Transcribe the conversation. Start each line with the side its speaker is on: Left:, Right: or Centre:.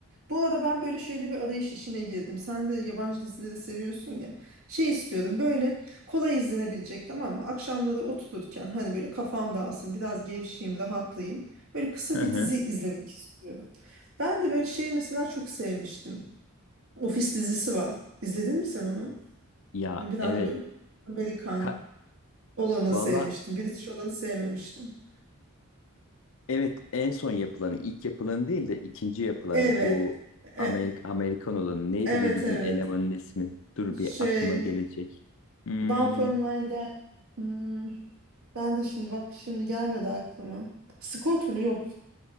Right: bu arada ben böyle şöyle bir arayış işine girdim. Sen de yabancı dizileri seviyorsun ya. Şey istiyorum böyle kolay izlenebilecek tamam mı? Akşamları otururken hani böyle kafam dağılsın, biraz gevşeyim, rahatlayayım. Böyle kısa
Left: Hı
Right: bir
Left: hı.
Right: dizi izlemek istiyorum. Ben de böyle şey mesela çok sevmiştim. Ofis dizisi var. İzledin mi sen onu?
Left: Ya
Right: Biraz
Left: evet.
Right: böyle Amerikan
Left: Ka-
Right: olanı
Left: Valla
Right: sevmiştim. British olanı sevmemiştim.
Left: evet en son yapılanı ilk yapılanı değil de ikinci yapılanı
Right: Evet.
Left: bu
Right: E-
Left: Amerik Amerikan olanı neydi
Right: evet
Left: bu bizim
Right: evet.
Left: elemanın ismi? Dur bir
Right: Şey
Left: aklıma gelecek. Hmm,
Right: Dunfermline'da hmm, ben de şimdi bak şimdi gelmedi aklıma. Scott mu? Yok.